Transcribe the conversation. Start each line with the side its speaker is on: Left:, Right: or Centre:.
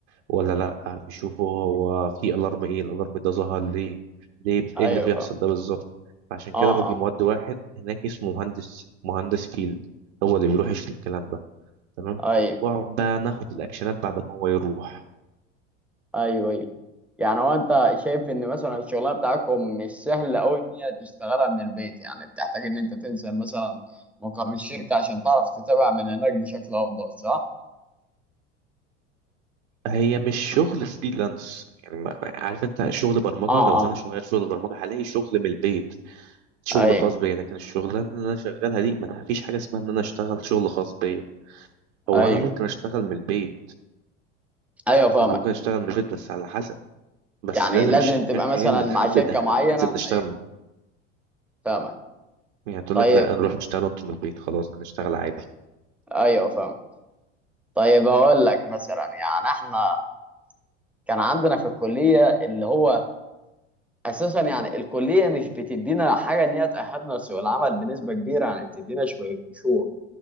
Right: ولا لا يشوفه هو في الارم ايه الالارم ده ظهر ليه ليه
Centre: ايوه
Right: ايه اللي بيحصل
Centre: فاهم
Right: ده بالظبط فعشان
Centre: اه
Right: كده باجي
Centre: اه
Right: مودي واحد هناك اسمه مهندس مهندس فيلد هو اللي بيروح يشوف الكلام ده تمام
Centre: ايوه
Right: واقعد بقى ناخد الاكشنات بعد ما هو يروح
Centre: ايوه ايوه يعني هو انت شايف ان مثلا الشغلانه بتاعتكم مش سهله قوي ان هي تشتغلها من البيت يعني بتحتاج ان انت تنزل مثلا مقر الشركه عشان تعرف تتابع من هناك بشكل افضل صح؟
Right: هي مش شغل فريلانس يعني ما- ما- عارف انت شغل برمجه
Centre: اه
Right: لو
Centre: اه
Right: انا شغال شغل برمجه هلاقي شغل من البيت شغل
Centre: ايوه
Right: خاص بيا لكن الشغلانه اللي انا شغالها دي ما فيش حاجه اسمها ان انا اشتغل شغل خاص بيا هو
Centre: ايوه
Right: انا ممكن اشتغل من البيت
Centre: ايوه فاهمك
Right: انا ممكن اشتغل من البيت بس على حسب بس
Centre: يعني
Right: لازم
Centre: لازم
Right: الشركه
Centre: تبقى مثلا
Right: هي اللي
Centre: مع
Right: تحدد
Centre: شركه
Right: احنا
Centre: معينه
Right: ننزل نشتغل
Centre: ايوه
Right: من-
Centre: فاهمك
Right: يعني تقول
Centre: طيب
Right: لك لا نروح نشتغل انتم من البيت خلاص هنشتغل عادي
Centre: ايوه فاهم طيب هقول لك مثلا يعني احنا كان عندنا في الكليه اللي هو اساسا يعني الكليه مش بتدينا حاجه ان هي تاهلنا لسوق العمل بنسبه كبيره يعني بتدينا شويه قشور